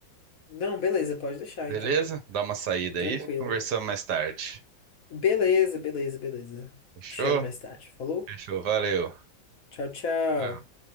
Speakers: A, on the left; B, on the right.
A: Não, beleza, pode deixar
B: beleza?
A: então.
B: Dá uma saída
A: Tranquilo.
B: aí, conversamos mais tarde.
A: Beleza, beleza, beleza.
B: Fechou?
A: Te chamo mais tarde. Falou?
B: Fechou, valeu.
A: Tchau, tchau.
B: Ah.